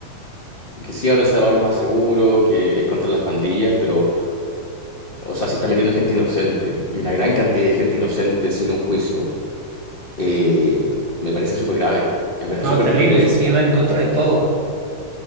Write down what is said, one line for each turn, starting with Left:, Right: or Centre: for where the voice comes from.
Left: Que sí ahora abre salvadores más seguro que es contra las pandillas, pero, o sea, sí está metiendo gente inocente y una gran cantidad de gente inocente sin un juicio, eh, me parece súper grave, me parece
Right: no,
Left: súper
Right: terrible,
Left: peligroso.
Right: sí, va en contra de todo.